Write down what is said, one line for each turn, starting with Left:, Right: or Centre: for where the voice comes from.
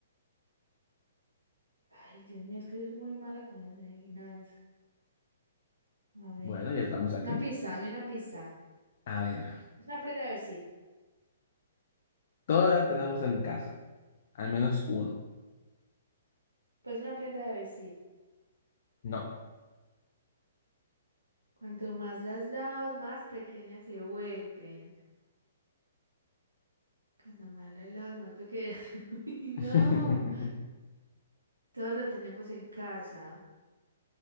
Right: Ay, Dios mío, es que yo soy muy mala con las adivinanzas. A ver.
Left: bueno, ya estamos aquí.
Right: Una pista, dame una pista.
Left: A ver,
Right: Es una prenda de vestir.
Left: todas las tenemos en casa, al menos uno.
Right: Pues una prenda de vestir.
Left: No.
Right: Cuanto más las lavas, más pequeñas se vuelven. Cuando más las lavas, más pequeñas. <laughs> Uy, no.
Left: <laughs>
Right: Todo lo tenemos en casa.